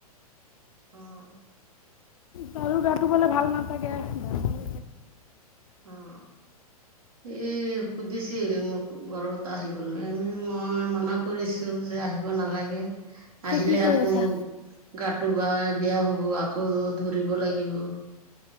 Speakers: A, on the right; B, on the left.
A: অ অ
B: তাৰো গাটো বলে ভাল নাথাকোল থাকে।
A: অ' এই সুধি মোৰ ঘৰতে আহিবলৈ আমি মই মানা কৰিছোঁ যে আহিব নালাগে আহিলে
B: কি কৰি
A: আকৌ
B: আছা
A: গাটো বেয়া হব আকৌ ধৰিব লাগিব